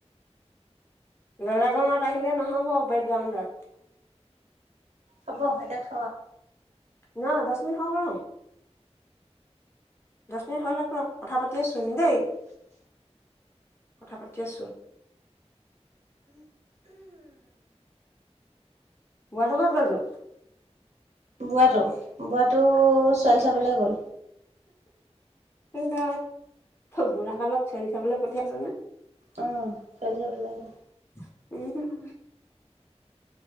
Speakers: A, on the left; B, on the right.
A: বেলেগৰ মাত আহিলে নহব বেকগ্ৰাউণ্ডত
B: হ'ব এতিয়া থ
A: ন দহ মিনিট হ ৰ দহ মিনিট হ ল ৰ কথা পাতি আছো আমি দেই কথা পাতি আছো লৱাটো কত গল তোৰ
B: বোৱাটো বোৱাটো ছোৱালী চাবলৈ গ'ল
A: কিন্তু বুঢ়া কালত ছোৱালী চাবলৈ পঠিয়াইচযে
B: উম চলি যাব লাগে
A: উম